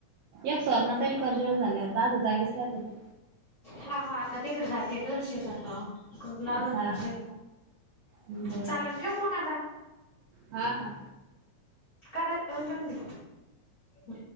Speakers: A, on the right; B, on the left.
A: एक सुवर्णा ताईल कर जेवण झाल्यावर दाजू जागीच राहते ती.
B: हा हा आता तिकडं जातेत शेतात. खग लागते,
A: हा बरं.
B: चालन ठेऊक मंग आता?
A: हा हा.
B: करा म्हंतंग म्ह.